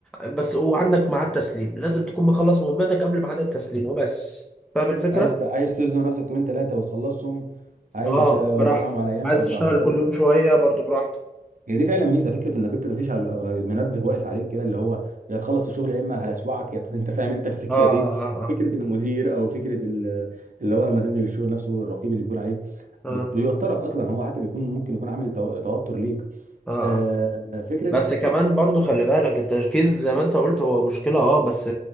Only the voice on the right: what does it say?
عايز ت... عايز تزنق نفسك يومين ثلاثه وتخلصهم عايز
توزعهم
على ايام
فبراحتك
طب-
هي دي فعلا ميزه فكره انك انت مفيش على منبه واقف عليك كده اللي هو يا تخلص الشغل يا اما هلسوعك يا <laughs> انت فاهم انت الفكره
دي
فكره المدير او فكره ال- اللي هو لما تنزل الشغل نفسه الرقيب اللي بيكون عليك
بت-
بيوترك اصلا هو حتى بيكون ممكن يكون عامل تو- توتر ليك
آه، فكره